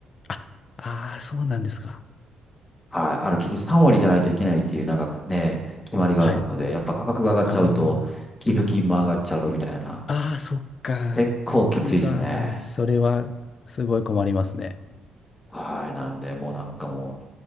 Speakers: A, on the left; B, on the left.
A: あ、あー、そうなんですか。
B: はい。あの、結局3割じゃないといけないっていう、なんかね、決まりがあるので、
A: はい。
B: やっぱ価格が上がっちゃうと、
A: あ
B: 寄付金も上がっちゃうみたいな。
A: ー、あー、そっか。
B: 結構きついですね。
A: うわー、それは、すごい困りますね。
B: はい。なんで、もうなんかも